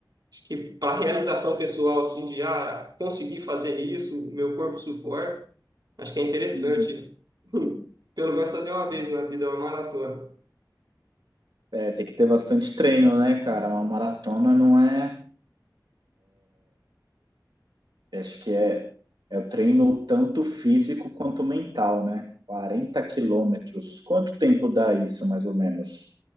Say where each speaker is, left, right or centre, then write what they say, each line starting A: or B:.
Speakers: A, on the right (about 60°); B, on the right (about 75°).
A: acho que para realização pessoal assim de ah, conseguir fazer isso, meu corpo suporta. Acho que é interessante.
B: Uhum.
A: <laughs> Pelo menos fazer uma vez na vida uma maratona.
B: É, tem que ter bastante treino, né, cara? Uma maratona não é Acho que é, é o treino tanto físico quanto mental, né? 40 quilômetros. Quanto tempo dá isso, mais ou menos?